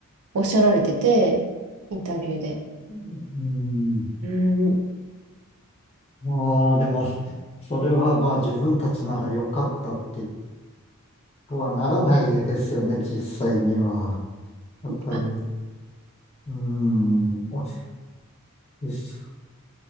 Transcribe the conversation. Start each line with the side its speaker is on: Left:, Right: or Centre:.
Right: おっしゃられてて、インタビューで。
Left: うん、
Right: うん
Left: ああ、でも、それはまあ自分たちなら良かったってとはならないですよね、実際には。やっぱり、
Right: あ、
Left: うーん、おしよし